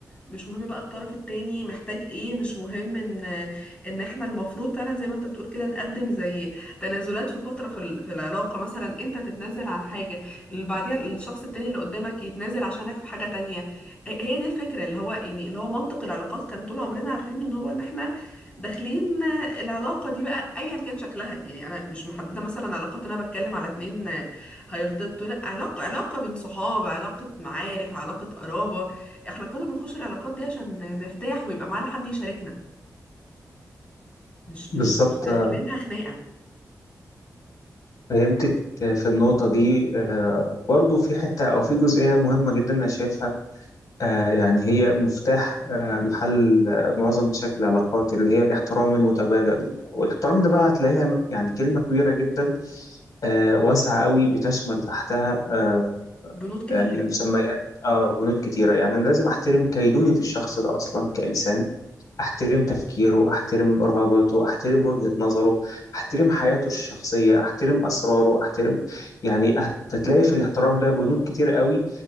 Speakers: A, on the left; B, on the left.
A: مش مهم بقى الطرف التاني محتاج ايه مش مهم ان ان احنا المفروض فعلا زي ما انت بتقول كده نقدم زي تنازلات في فترة في ال- في العلاقة مثلا انت تتنازل عن حاجة اللي بعديها الشخص التاني اللي قدامك يتنازل عشانك في حاجة تانية هي دي الفكرة اللي هو يعني اللي هو منطق العلاقات كان طول عمرنا عارفين ان هو ان احنا داخلين آه، العلاقة دي بقى ايا كان شكلها يعني انا مش محددة مثلا علاقات إن انا بتكلم على اتنين آه، هيرتبطوا لا علاقة علاقة بين صحاب علاقة معارف علاقة قرابة احنا كنا بنخش العلاقات دي عشان نرتاح ويبقى معانا حد يشاركنا مش مش
B: بالظبط
A: مش داخلينها
B: آه،
A: خناقة
B: فهمتك آه، في النقطة دي آه، وبرضه في حتة أو في جزئية مهمة جدا أنا شايفها آه، يعني هي مفتاح آه، لحل آه، معظم مشاكل العلاقات اللي هي الاحترام المتبادل والاحترام ده بقى هتلاقيها يعني كلمة كبيرة جدا آه، واسعة قوي بتشمل تحتها آه،
A: بنود
B: يعني
A: كتيرة
B: مسميات آه، بنود كتيرة يعني أنا لازم أحترم كينونة الشخص ده أصلا كإنسان احترم تفكيره احترم رغباته احترم وجهة نظره احترم حياته الشخصية احترم اسراره احترم يعني هتلاقي في الاحترام ده بنود كتير قوي